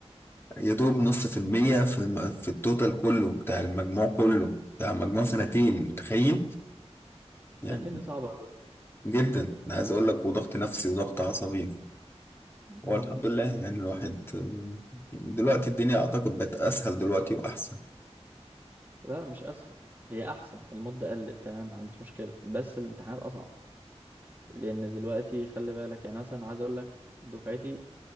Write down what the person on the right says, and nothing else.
سنتين
دي صعبة أوي
مم.
لا مش اسهل هي احسن المدة قلت تمام ما عنديش مشكلة بس الامتحانات اصعب لان دلوقتي خلي بالك يعني مثلا عايز اقول لك دفعتي